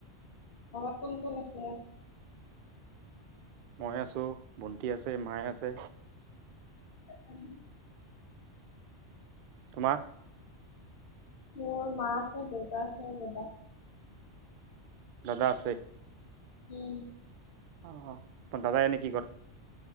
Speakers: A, on the left; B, on the right.
A: হ কোন কোন আছে
B: মই আছো ভণ্টি আছে মায়ে আছে
A: উম <unintelligible>
B: তোমাৰ
A: মোৰ মা আছে দেউতা আছে দাদা
B: দাদা আছে
A: উম
B: অ দাদাই এনে কি কৰে